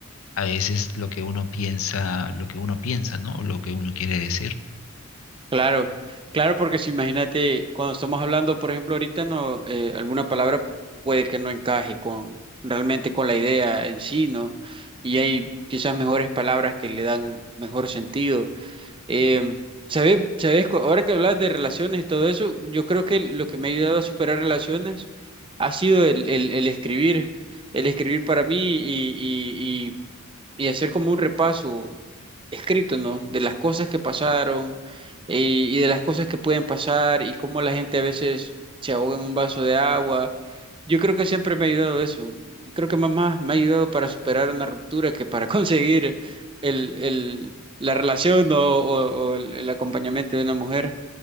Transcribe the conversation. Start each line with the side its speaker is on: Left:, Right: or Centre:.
Left: a veces lo que uno piensa, lo que uno piensa, ¿no? O lo que uno quiere decir.
Right: Claro, claro, porque si imagínate, cuando estamos hablando, por ejemplo, ahorita no, eh, alguna palabra puede que no encaje con realmente con la idea en sí, ¿no? Y hay quizás mejores palabras que le dan mejor sentido. Eh, ¿sabes, sabes? cu- Ahora que hablas de relaciones y todo eso, yo creo que lo que me ha ayudado a superar relaciones ha sido el, el, el escribir, el escribir para mí y, y hacer como un repaso escrito, ¿no? De las cosas que pasaron eh, y de las cosas que pueden pasar y cómo la gente a veces se ahoga en un vaso de agua. Yo creo que siempre me ha ayudado eso. Creo que más me ha ayudado para superar una ruptura que para <laughs> conseguir el, el, la relación ¿no? o, o el, el acompañamiento de una mujer.